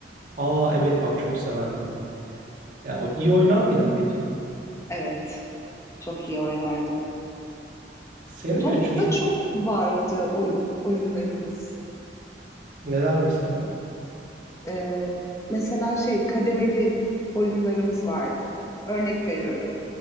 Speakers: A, on the right; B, on the left.
A: Aa evet bak çok severdim. Ya o iyi oynar mıydın peki?
B: Evet, çok iyi oynardım.
A: Senin
B: Top
A: böyle çocukluk
B: da çok vardı oy- oyunlarımız.
A: neler mesela?
B: Ee, mesela şey kademeli oyunlarımız vardı. Örnek veriyorum.